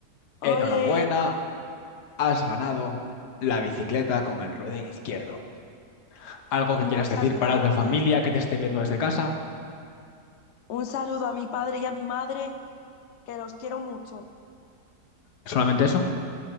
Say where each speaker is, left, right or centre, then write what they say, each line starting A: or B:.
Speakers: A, on the left; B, on the left.
A: Enhorabuena,
B: Ole,
A: Has ganado la bicicleta con el ruedín izquierdo. ¿Algo que
B: muchas
A: quieras decir
B: gracias.
A: para tu familia que te esté viendo desde casa?
B: Un saludo a mi padre y a mi madre, que los quiero mucho.
A: ¿Solamente eso?